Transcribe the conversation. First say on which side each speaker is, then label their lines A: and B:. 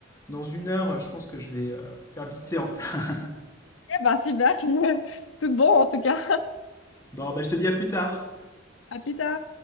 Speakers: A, on the left; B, on the left.
A: dans une heure, je pense que je vais euh, faire une petite séance. <laughs>
B: Eh ben, super, <laughs> tout bon en tout cas.
A: Bon, bah, je te dis à plus tard.
B: À plus tard.